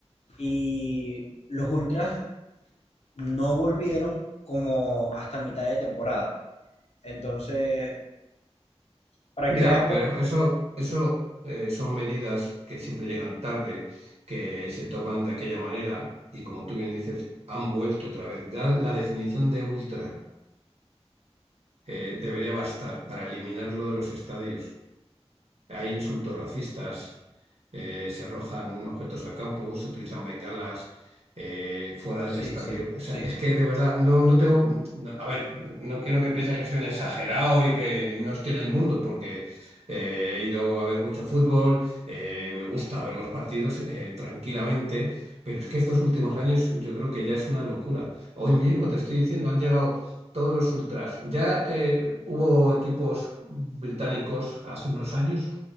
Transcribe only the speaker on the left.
Y los ultras no volvieron como hasta mitad de temporada. Entonces, para
que veas cómo...
Sí,
sí,
sí.